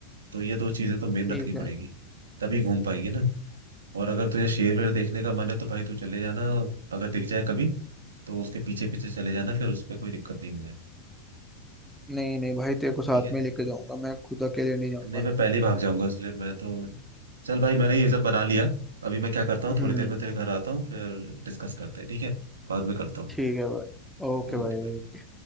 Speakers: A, on the right (about 65°); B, in the centre.
A: तो ये दो चीजें तो मेन
B: ठीक
A: रखनी
B: है
A: पड़ेगी तभी घूम पाएंगे ना और अगर तुझे शेर वेर देखने का मन है तो भाई तू चले जाना अगर दिख जाए कभी तो उसके पीछे पीछे चले जाना फिर उसमें कोई दिक्कत नहीं मिला है,
B: नहीं नहीं भाई तेरे को साथ
A: ठीक है
B: में लेके जाऊंगा मैं खुद अकेले नहीं जाऊंगा
A: नहीं मैं पहले ही भाग जाऊंगा इसलिए मैं तो चल भाई मैंने ये सब बना लिया अभी मैं क्या करता हूँ
B: हम्म
A: थोड़ी देर में तेरे घर आता हूँ फिर डिस्कस करते हैं ठीक है बाद में करता हूँ
B: ठीक है भाई ओके
A: ओके
B: भाई